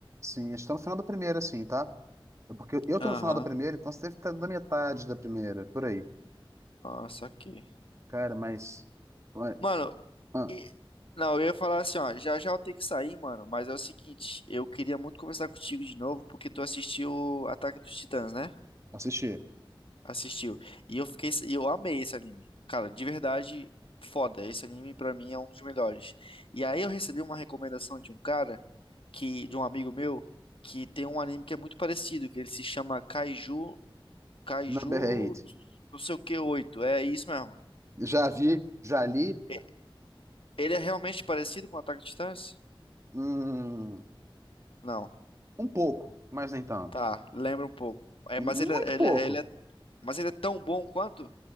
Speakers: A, on the right; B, on the left.
A: Sim, estamos no final do primeiro, assim, tá? É Porque eu tô
B: Aham.
A: no final da primeira, então você deve estar na metade da primeira, por aí.
B: Ah, saquei.
A: Cara, mas. ué,
B: Mano,
A: Ah,
B: E- Não, eu ia falar assim, ó, já já eu tenho que sair, mano, mas é o seguinte, eu queria muito conversar contigo de novo, porque tu assistiu Ataque dos Titãs, né?
A: assisti.
B: Assistiu. E eu fiquei, e eu amei esse anime. Cara, de verdade, foda. Esse anime pra mim é um dos melhores. E aí eu recebi uma recomendação de um cara que de um amigo meu que tem um anime que é muito parecido, que ele se chama Kaiju, Kaiju,
A: Number 8.
B: não sei o que oito É isso mesmo.
A: Já vi, já li.
B: E- Ele é realmente parecido com Ataque dos Titãs?
A: Hum,
B: Não.
A: um pouco, mas nem tanto.
B: Tá, lembra um pouco. É,
A: Muito
B: mas ele, é, ele,
A: pouco.
B: é, ele é, mas ele é tão bom quanto?